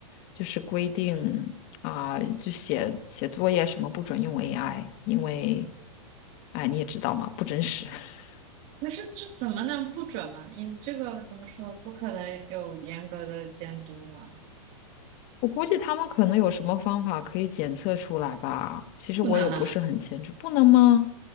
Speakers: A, on the left; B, on the right.
A: 就是规定啊、就写写作业什么不准用 AI，因为哎你也知道嘛，不真实。<laughs>
B: 那是这怎么能不准嘛？你这个怎么说？不可能有严格的监督嘛？
A: 我估计他们可能有什么方法可以检测出来吧，其实我也不是很清楚，
B: 不能啊。
A: 不能吗？